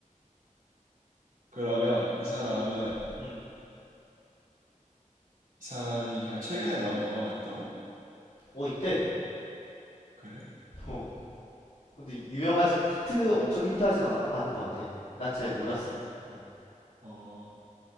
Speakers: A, on the right; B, on the left.
A: 그러면 이 사람은
B: 음. 음.
A: 이 사람이 그냥 최근에 나온 영화가 있다고?
B: 어 이때.
A: 그래?
B: 어. 근데 유명하진 히트
A: 음,
B: 엄청 히트하진 아, 않은 것 같아. 난 잘
A: 아,
B: 몰랐어.
A: 그래?
B: 어.
A: 어,